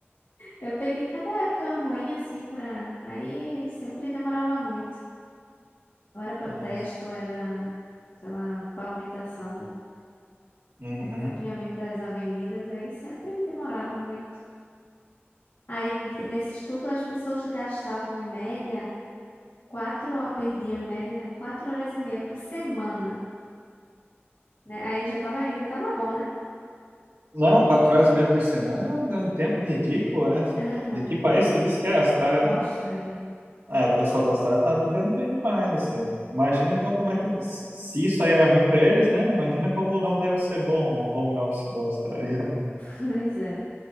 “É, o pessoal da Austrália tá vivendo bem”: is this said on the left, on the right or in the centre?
Right